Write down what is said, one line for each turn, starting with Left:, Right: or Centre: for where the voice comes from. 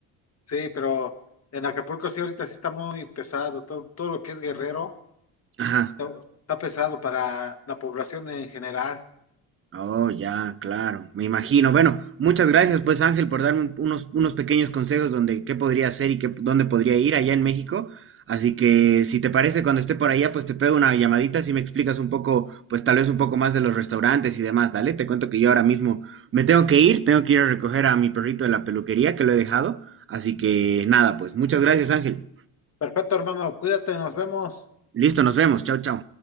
Left: Sí, pero en Acapulco sí ahorita sí está muy pesado. Todo, todo lo que es Guerrero
Right: Ajá.
Left: está, está pesado para la población en general.
Right: Oh, ya, claro. Me imagino. Bueno, muchas gracias, pues Ángel, por darme un- unos, unos pequeños consejos donde qué podría hacer y qué, dónde podría ir allá en México. Así que, si te parece, cuando esté por allá, pues te pego una llamadita si me explicas un poco, pues tal vez un poco más de los restaurantes y demás. Dale, te cuento que yo ahora mismo me tengo que ir, tengo que ir a recoger a mi perrito de la peluquería que lo he dejado. Así que nada, pues muchas gracias, Ángel.
Left: Perfecto, hermano, cuídate, nos vemos.
Right: Listo, nos vemos. Chao, chao.